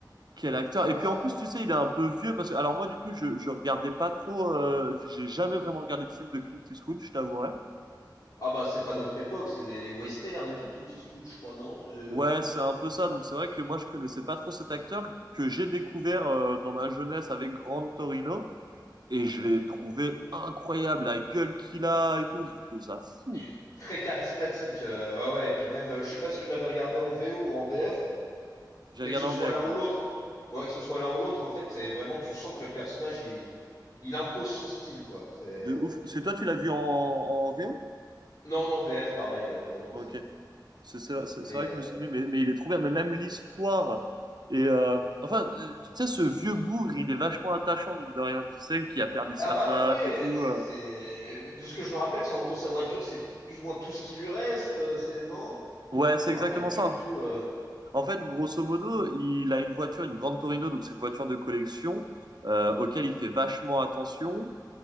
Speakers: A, on the right; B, on the left.
A: quel acteur. Et
B: ah
A: puis en
B: ouais.
A: plus, tu sais, il est un peu vieux parce que alors moi du coup, je je regardais pas trop, euh, j'ai jamais vraiment regardé de film de Clint Eastwood, je t'avouerai.
B: Ah bah c'est pas notre époque, c'est des- les westerns et tout, Clint Eastwood, je crois, non? C'est.
A: Ouais, c'est un peu ça. Donc c'est vrai que moi je connaissais pas trop cet acteur que j'ai découvert euh, dans ma jeunesse avec Grand Torino
B: Hmm.
A: et je l'ai trouvé incroyable, la gueule qu'il a et tout. J'ai trouvé ça fou.
B: Il est très charismatique. euh, ouais, ouais. Et puis même, euh, je sais pas si tu l'avais regardé en VO ou en VF,
A: J'ai
B: mais
A: regardé
B: que ce
A: en
B: soit
A: VF,
B: l'un ou
A: ouais.
B: l'autre, ouais, que ce soit l'un ou l'autre, en fait, c'est vraiment, tu sens que le personnage, il, il impose son style, quoi. C'est
A: De ouf. Parce que toi tu l'as vu en, en VO?
B: non, non, VF, pareil. euh, non, non,
A: Ok.
B: je.
A: C'est c'est- c'est-
B: Mais
A: c'est vrai
B: euh,
A: que je me suis dit, mais, mais il est trop bien. Mais même l'histoire. Et euh, enfin, euh, tu sais, ce vieux bougre, il est vachement attachant, mine de rien. Tu sais, qui a perdu
B: ah
A: sa
B: bah
A: femme
B: ouais, ouais.
A: et tout.
B: C'est
A: euh.
B: c'est- de ce que je me rappelle, c'est en gros sa voiture, c'est plus ou moins tout ce qui lui reste. euh, C'est non?
A: Ouais, c'est
B: Je
A: exactement
B: me rappelle plus
A: ça.
B: du tout. euh.
A: En fait, grosso modo, il a une voiture, une grande Torino, donc c'est une voiture de collection euh, auquel il fait vachement attention.